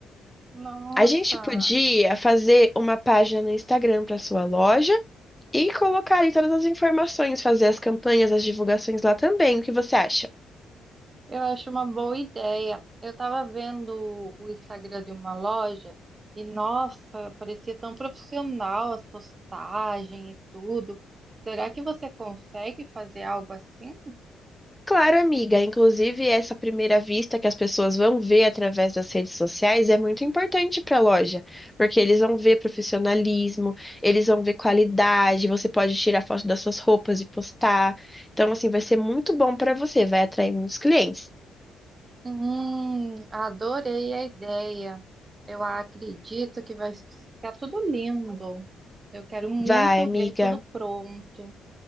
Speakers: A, on the right; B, in the centre.
A: Nossa.
B: A gente podia fazer uma página no Instagram para sua loja e colocar ali todas as informações, fazer as campanhas, as divulgações lá também. O que você acha?
A: Eu acho uma boa ideia. Eu estava vendo o Instagram de uma loja e, nossa, parecia tão profissional as postagens e tudo. Será que você consegue fazer algo assim?
B: Claro, amiga. Inclusive, essa primeira vista que as pessoas vão ver através das redes sociais é muito importante para a loja, porque eles vão ver profissionalismo, eles vão ver qualidade. Você pode tirar foto das suas roupas e postar. Então, assim, vai ser muito bom para você, vai atrair muitos clientes.
A: Hum, adorei a ideia. Eu acredito que vai ficar tudo lindo. Eu quero muito
B: Vai, amiga.
A: ver tudo pronto.